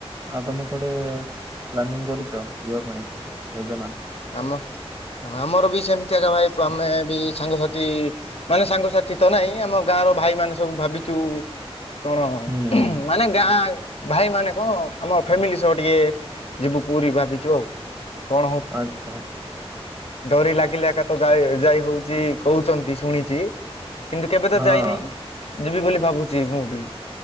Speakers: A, on the right; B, on the left.
A: ଆଉ ତମେ କୁଆଡ଼େ ପ୍ଲାନିଂ କରିଚ ଯିବା ପାଇଁ ଯୋଜନା?
B: ଆମ ଆମର ବି ସେମତି ଏକା ଭାଇ ପ ଆମେ ବି ସାଙ୍ଗସାଥି ମାନେ ସାଙ୍ଗସାଥି ତ ନାଇଁ ଆମ ଗାଁ ର ଭାଇମାନେ ସବୁ ଭାବିଚୁ କଣ
A: ହୁଁ ହୁଁ
B: ମାନେ ଗାଁ ଭାଇ ମାନେ କଣ ଆମ ଫ୍ୟାମିଲି ସହ ଟିକେ ଯିବୁ ପୁରୀ ଭାବିଚୁ ଆଉ କଣ
A: ଆଚ୍ଛା।
B: ଡରି ଲାଗିଲେ ଏକା ତ ଯା ଯାଇ ହୋଉଚି କୋହୁଚନ୍ତି ଶୁଣିଚି। କିନ୍ତୁ କେବେ ତ
A: ହଁ।
B: ଯାଇନି ଯିବି ବୋଲି ଭାବୁଚି ମୁଁ ବି